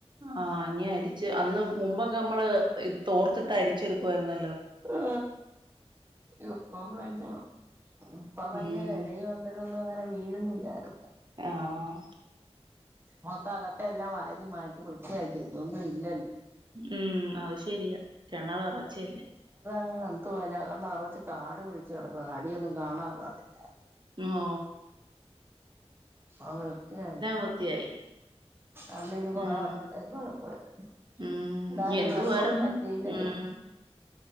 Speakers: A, on the right; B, on the right.
A: ആഹ് ഇനി അരിച്ച് അന്ന് മുമ്പൊക്കെ നമ്മള് ഇത് തോർത്തിട്ടരിച്ചെടുക്കാർന്ന്
B: ആ ഇപ്പ വേൻ്റാ ഇപ്പൊ വലിയ
A: ഉം
B: വിലയും അങ്ങ ന്നും അങ്ങനെ വീഴുന്നില്ലാരുന്നു
A: ആഹ്
B: മൊത്തം അകത്തെല്ലാം വാരി മാറ്റ് വൃത്തിയാക്കി ഇതൊന്നും ഇല്ല
A: ഉം അതു ശരിയാ. കെണറ് ഒറച്ചയല്ലേ?
B: ആഹ് എന്തു പോലെ അകം നറച്ച് കാട് പിടിച്ച് കെടക്കുവാ, അടിയൊന്നും കാണാ പാടില്ല.
A: ഉം ഓ
B: ഓ വൃത്തിയായി
A: വൃത്തിയായി
B: അതുകൊണ്ട് കൊറെ
A: ഉം
B: വർഷത്തേക്ക് കൊഴപ്പമില്ല,
A: ഉം
B: എന്തായാലും
A: എന്തുവായിരുന്നു
B: വെള്ളവും പറ്റിയില്ലയോ.
A: ഉം